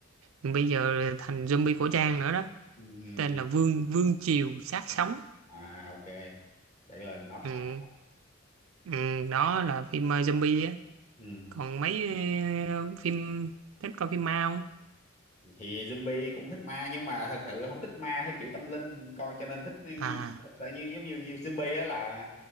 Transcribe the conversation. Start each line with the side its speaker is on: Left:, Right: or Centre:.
Right: bây giờ thành zombie cổ trang nữa đó
Left: Ừ.
Right: tên là Vương Vương Triều Sát Sống
Left: À, ok. Để lên note
Right: ừ,
Left: lại.
Right: ừ, đó là phim ờ, zombie á
Left: Ừ.
Right: còn mấy ờ, phim thích coi phim ma không
Left: Thì zombie cũng thích ma nhưng mà thật sự không thích ma hay kiểu tâm linh coi cho nên thích cái
Right: à
Left: gì là như giống như, như zombie á là